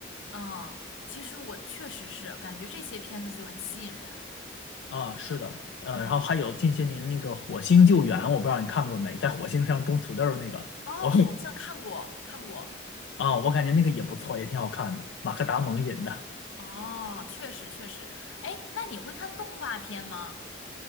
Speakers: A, on the left; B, on the left.
A: 啊，其实我确实是感觉这些片子就很吸引人。
B: <laughs> 啊。是的，呃，
A: 嗯，
B: 然后还有近些年那个《火星救援》，我不知道你看过没，在火星上种土豆儿那个，
A: 哦，
B: 我
A: 好像看过看过，
B: 啊，我感觉那个也不错，也挺好看的，马克·达蒙演的。
A: 哦，确实确实。哎，那你会看动画片吗？